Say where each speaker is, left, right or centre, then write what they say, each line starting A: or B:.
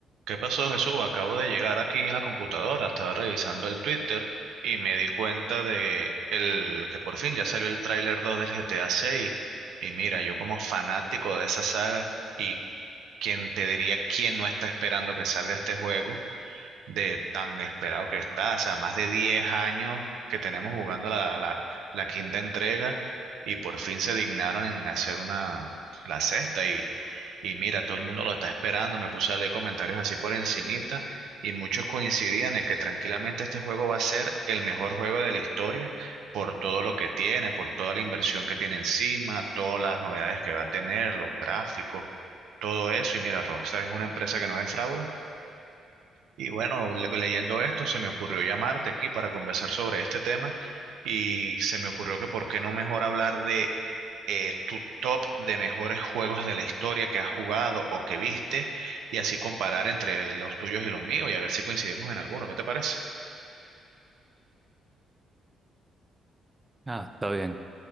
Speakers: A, on the right (about 80°); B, on the right (about 20°).
A: ¿Qué pasó, Jesús? Acabo de llegar aquí a la computadora, estaba revisando el Twitter y me di cuenta de el, que por fin ya salió el tráiler 2 del GTA 6. Y mira, yo como fanático de esa saga y quien te diría quién no está esperando que salga este juego, de tan esperado que está, o sea, más de 10 años que tenemos jugando la, la- la quinta entrega y por fin se dignaron en hacer una, la sexta y, y mira, todo el mundo lo está esperando, me puse a leer comentarios así por encimita y muchos coincidían en que tranquilamente este juego va a ser el mejor juego de la historia por todo lo que tiene, por toda la inversión que tiene encima, todas las novedades que va a tener, los gráficos, todo eso y mira, Rockstar es una empresa que no defrauda y bueno, le- leyendo esto, se me ocurrió llamarte aquí para conversar sobre este tema y se me ocurrió que por qué no mejor hablar de eh, tu top de mejores juegos de la historia que has jugado o que viste y así comparar entre los tuyos y los míos y a ver si coincidimos en alguno. ¿Qué te parece?
B: Ah, está bien.